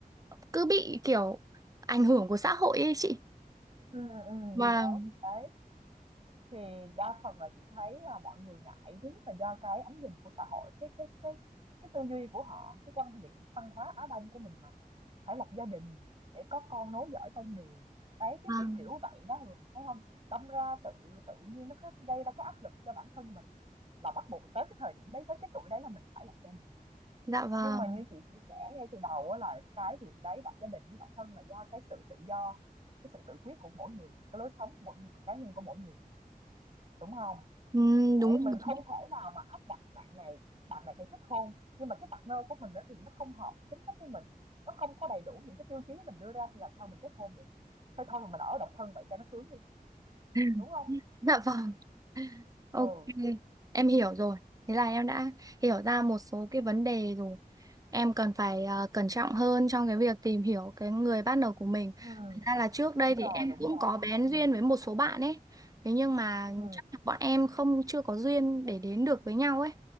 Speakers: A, on the right; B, on the right.
A: cứ bị kiểu ảnh hưởng của xã hội ấy chị
B: Ừ, ừ,
A: vâng
B: đấy, đấy. Thì đa phần là chị thấy là mọi người ngại thứ nhất là do cái ánh nhìn của xã hội, cái cái cái cái tư duy của họ, cái quan niệm văn hóa Á Đông của mình mà phải lập gia đình để có con nối dõi tông đường. Đấy, cái
A: vâng
B: kiểu kiểu vậy đó Hường, thấy không? Đâm ra tự tự nhiên nó có gây ra cái áp lực cho bản thân mình là bắt buộc tới cái thời điểm đấy tới cái tuổi đấy là mình phải lập gia đình
A: dạ vâng
B: nhưng mà như chị chia sẻ ngay từ đầu á là cái việc đấy lập gia đình hay độc thân là do cái sự tự do, cái sự tự quyết của mỗi người, cái lối sống của mỗi của cá nhân của mỗi người, đúng không?
A: Ừm,
B: Đấy,
A: đúng
B: mình
A: rồi.
B: không thể nào mà áp đặt bạn này, bạn này phải kết hôn, nhưng mà cái partner của mình đó thì nó không hợp tính cách với mình, nó không có đầy đủ những cái tiêu chí mình đưa ra thì làm sao mình kết hôn được? Thế thôi mà mình ở độc thân vậy cho nó sướng đi,
A: <laughs>
B: đúng không?
A: dạ vâng ok
B: Ừ,
A: em hiểu rồi thế là em đã hiểu ra một số cái vấn đề rồi em cần phải ờ, cẩn trọng hơn trong cái việc tìm hiểu cái người partner của mình.
B: ừ,
A: Thật ra là trước
B: đúng
A: đây thì
B: rồi,
A: em
B: đúng
A: cũng
B: rồi,
A: có bén
B: ừ,
A: duyên với một số bạn ấy. Thế nhưng mà
B: ừ,
A: chắc là bọn em không chưa có duyên để đến được với nhau ấy.